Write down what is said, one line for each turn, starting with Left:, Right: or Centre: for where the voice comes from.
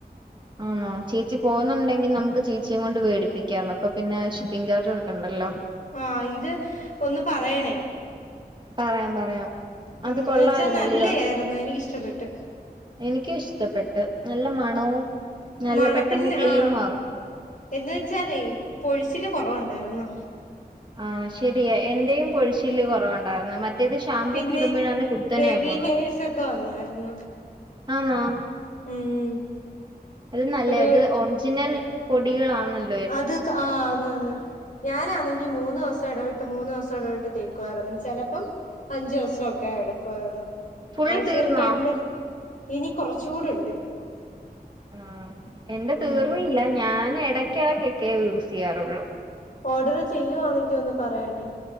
Right: ആണോ ചേച്ചി പോന്നുണ്ടെങ്കിൽ നമുക്ക് ചേച്ചിയേം കൊണ്ട് വേടിപ്പിക്കാരുന്നു അപ്പൊ പിന്നെ ഷി പ്പിംഗ് ചാർജ് കൊടുക്കണ്ടല്ലോ
Left: ആ ഇത് ഒന്ന് പറയണേ
Right: പറയാം പറയാം
Left: ഉം
Right: അത്
Left: എന്ന്
Right: കൊള്ളായിരുന്നല്ലയോ
Left: വെച്ചാ നല്ലയായിരുന്നു എനിക്കിഷ്ടപ്പെട്ടു
Right: എനിക്കും ഇഷ്ടപ്പെട്ടു നല്ല മണവും നല്ല
Left: മണത്തിന്
Right: പെട്ടെന്ന് ക്ലീനും
Left: ആ
Right: ആവും
Left: എന്ന് വെച്ചാലേ പൊഴിച്ചില് കൊറവൊണ്ടായിരുന്നു
Right: ആ ശരിയാ എന്റേയും പൊഴിച്ചില്ല് കൊറവുണ്ടായിരുന്നു മറ്റ റ്റേത് ഷാംമ്പൂ
Left: പിന്നെ
Right: ഒക്കെ ഇടുമ്പോഴാന്നെ കുത്തനെയാ
Left: ബേബി
Right: പോന്നെ
Left: ഹെയർസ് ഒക്കെ വന്നായിരുന്നു
Right: ആന്നോ
Left: ഉം
Right: അതിലും നല്ലയാ
Left: ഒരു
Right: ഇത് ഒറിജിനൽ പൊടികളാന്നല്ലോ
Left: അത് കാ ആ അതെ അതെ ഞാനാണെങ്കി മൂന്ന് ദിവസം എടവിട്ട് മൂന്ന് ദിവസം എടവിട്ട് തേക്കുവായിരുന്നു ചെലപ്പം അഞ്ചു ദിവസൊക്കെ എടുക്കുവായിരുന്നു
Right: ഫുള്ള്
Left: ആഴ്ച്ചേൽ
Right: തീർന്നോ
Left: രണ്ട് ഇനി കൊറച്ചൂടെ ഒണ്ട്
Right: ആഹ് എന്റെ
Left: ഉം
Right: തീർന്നില്ല ഞാൻ എട യ്ക്ക് എടയ്ക്കേ യൂസ് ചെയ്യാറുള്ളൂ
Left: ഓർഡറ് ചെയ്യുവാന്നെങ്കി ഒന്ന് പറയണേ